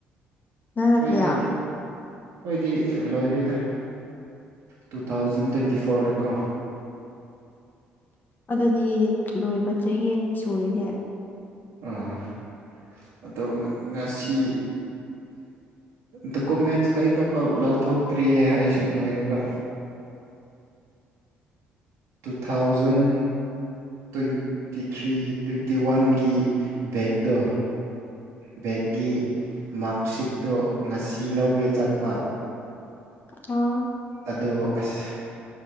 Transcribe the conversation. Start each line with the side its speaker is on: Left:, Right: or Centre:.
Left: ꯅꯪꯅ
Right: ꯑꯣꯏꯗꯤ
Left: ꯀꯌꯥ
Right: ꯈꯣꯏꯗꯤ ꯂꯣꯏꯔꯦꯗ ꯇꯨ ꯊꯥꯎꯖꯟ ꯇ꯭ꯋꯦꯟꯇꯤ ꯐꯣꯔꯗ ꯀꯣ
Left: ꯑꯗꯨꯗꯤ ꯂꯣꯏꯕ ꯆꯍꯤ ꯑꯅꯤ ꯁꯨꯔꯦꯅꯦ
Right: ꯑ ꯑꯗꯣ ꯉꯁꯤ ꯗꯣꯀꯨꯃꯦꯟꯁ ꯀꯩꯀ ꯐꯥꯎ ꯂꯧꯊꯣꯛꯇ꯭ꯔꯤꯌꯦ ꯑꯩꯁꯨ ꯂꯣꯏꯔꯒ two thousand twenty three twenty ꯋꯥꯟꯒꯤ ꯕꯦꯛꯗꯣ ꯕꯦꯛꯒꯤ ꯃꯥꯛꯁꯤꯠꯇꯣ ꯉꯁꯤ ꯂꯧꯒꯦ ꯆꯠꯄ
Left: ꯑ
Right: ꯑꯗꯣ ꯑꯁ